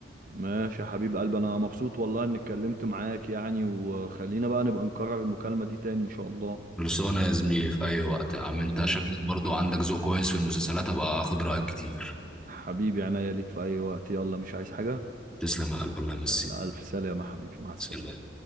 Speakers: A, on the right; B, in the centre.
A: ماشي يا حبيب قلبي انا مبسوط والله اني اتكلمت معاك يعني وخلينا بقى نبقى نكرر المكالمة دي تاني ان شاء الله
B: خلصانة يا زميلي في أي وقت يا عم أنت
A: آه،
B: شكلك برضو عندك ذوق كويس في المسلسلات أبقى أخد رأيك كتير
A: حبيبي عناية ليك في اي وقت يلا مش عايز حاجة
B: تسلم يا قلب الله يمسيك
A: يلا الف سلامة حبيبي مع السلامة
B: سلام